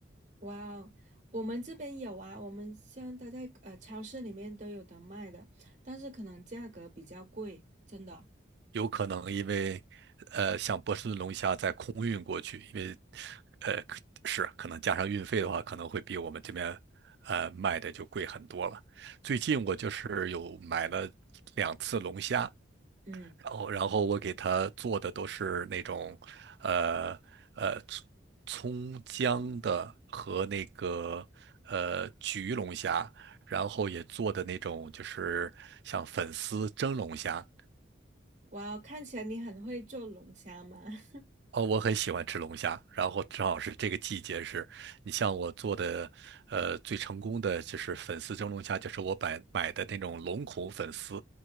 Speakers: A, on the right; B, on the right.
A: 哇哦，我们这边有啊，我们像它在呃超市里面都有的卖的，但是可能价格比较贵，真的。
B: 有可能因为，呃，像波士顿龙虾在空运过去，因为，呃，是可能加上运费的话，可能会比我们这边，呃，卖的就贵很多了。最近我就是有买了两次龙虾，
A: 嗯，
B: 然后然后我给他做的都是那种，呃呃，葱葱姜的和那个呃焗龙虾，然后也做的那种就是像粉丝蒸龙虾，
A: 哇哦，看起来你很会做龙虾嘛。<laughs>
B: 哦，我很喜欢吃龙虾，然后正好是这个季节是，你像我做的，呃，最成功的就是粉丝蒸龙虾，就是我买买的那种龙孔粉丝，